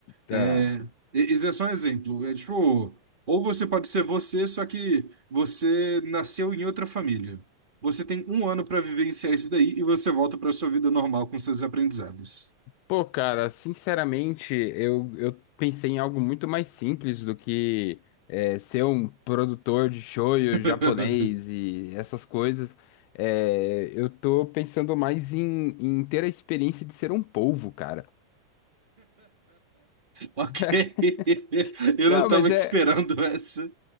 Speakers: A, on the left; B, on the right.
A: tá.
B: É, e- esse é só um exemplo. É tipo, ou você pode ser você, só que você nasceu em outra família. Você tem um ano para vivenciar isso daí e você volta para sua vida normal com seus aprendizados.
A: Pô, cara, sinceramente, eu, eu pensei em algo muito mais simples do que é, ser um produtor de shoyu
B: <laughs>
A: japonês e essas coisas. É, eu tô pensando mais em, em ter a experiência de ser um polvo, cara.
B: Ok.
A: <laughs>
B: <laughs> Eu
A: Não,
B: não tava
A: mas
B: esperando
A: é,
B: essa.